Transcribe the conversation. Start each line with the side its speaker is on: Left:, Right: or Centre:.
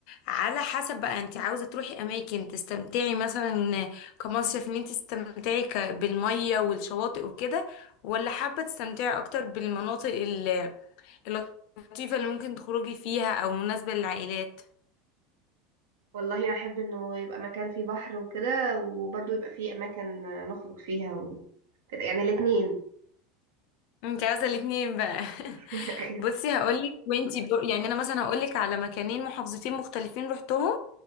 Left: على حسب بقى انت عاوزة تروحي أماكن تستمتعي مثلا كمصيف ان انت تستمتعي ك- بالمية والشواطئ وكده ولا حابة تستمتعي أكتر بالمناطق ال- اللطيفة اللي ممكن تخرجي فيها أو مناسبة للعائلات
Right: والله انا احب انه يبقى مكان فيه بحر وكده وبرضه يبقى فيه اماكن آه، نخرج فيها وكده يعني الاتنين
Left: انت عاوزة الاتنين بقى
Right: <laughs>
Left: <laughs>
Right: ايوه
Left: بصي هقولك وانتي بر... يعني أنا مثلا هقولك على مكانين محافظتين مختلفين روحتهم